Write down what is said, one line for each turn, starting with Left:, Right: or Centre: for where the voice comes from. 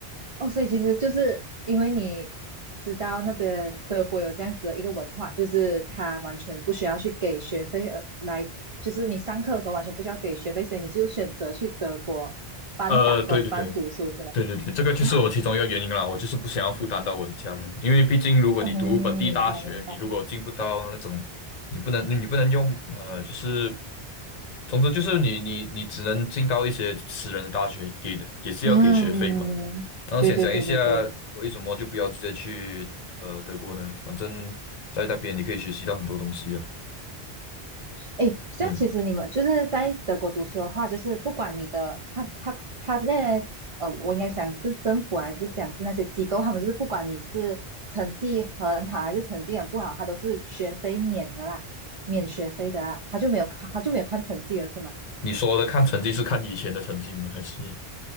Right: 哦，所以其实就是因为你知道那边德国有这样子的一个文化，就是他完全不需要去给学费而来，就是你上课的时候完全不需要给学费，所以你就选择去德国半打工半读书是吗？
Left: 呃，对对对。对对对，这个就是我其中一个原因啦。
Right: 哇
Left: 我就是不想要负担到我的家人，因为毕竟如果你读本地大学，
Right: 哦，哦明白明白，
Left: 你如果进不到那种，你不能你不能用呃，就是，总之就是你你你只能进到一些私人的大学，给的也是要给学费嘛。
Right: 嗯，
Left: 然后想想一下，
Right: 对对对对对。
Left: 为什么就不要直接去呃德国呢？反正在那边你可以学习到很多东西啊。
Right: 诶，这样其实你们就是在德国读书的话，
Left: 嗯，
Right: 就是不管你的他他他那些呃，我应该想是政府还是讲是那些机构，他们就是不管你是成绩很好还是成绩很不好，他都是学费免的啦，免学费的啦，他就没有看他就没有看成绩了是吗？
Left: 你说的看成绩是看以前的成绩吗？还是？